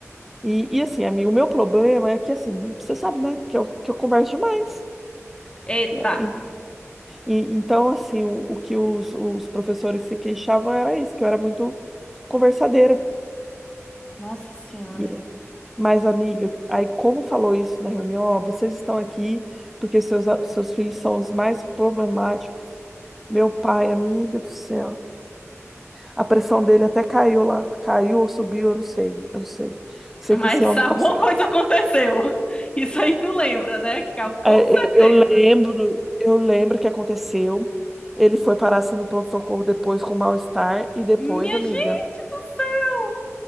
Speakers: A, in the centre; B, on the left (about 20°).
A: E, e assim, amigo, o meu problema é que assim, você sabe, né, que eu, que eu converso demais.
B: Eita.
A: né, E, e- então, assim, o, o que os, os professores se queixavam era isso, que eu era muito conversadeira.
B: Nossa Senhora.
A: Yeah. Mas, amiga, aí como falou isso na reunião, ó, vocês estão aqui porque seus, a- seus filhos são os mais problemáticos. Meu pai, amiga do céu. A pressão dele até caiu lá. Caiu ou subiu, eu não sei. Eu não sei. Sei
B: Mas
A: que esse homem
B: <laughs> alguma
A: passou.
B: coisa aconteceu. Isso aí tu lembra, né? Que cal- com
A: É,
B: certeza.
A: eu, eu lembro, eu lembro que aconteceu. Ele foi parar assim no pronto-socorro depois com mal-estar. E depois,
B: Minha
A: amiga,
B: gente do céu.